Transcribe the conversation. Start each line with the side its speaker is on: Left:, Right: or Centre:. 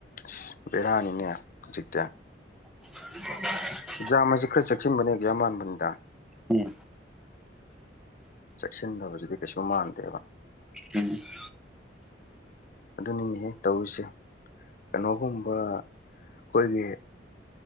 Left: ꯑꯁ ꯕꯦꯔꯥꯅꯤꯅꯦ ꯍꯧꯖꯤꯛꯇꯤ
Centre: <unintelligible>
Left: ꯑꯦꯛꯖꯥꯝ ꯑꯖꯦ ꯈꯔ ꯆꯦꯛꯁꯤꯟꯕꯅ ꯑꯦꯖꯥ ꯃꯥꯟꯕꯅꯤꯗ
Centre: ꯏ
Left: ꯆꯦꯛꯁꯤꯟꯗꯕꯁꯤꯗꯤ ꯀꯩꯁꯨ ꯃꯥꯟꯗꯦꯕ
Centre: ꯎ <unintelligible>
Left: ꯑꯗꯨꯅꯤꯅꯦ ꯍꯦ ꯇꯧꯔꯤꯁꯦ ꯀꯩꯅꯣꯒꯨꯝꯕ ꯑꯩꯈꯣꯏꯒꯤ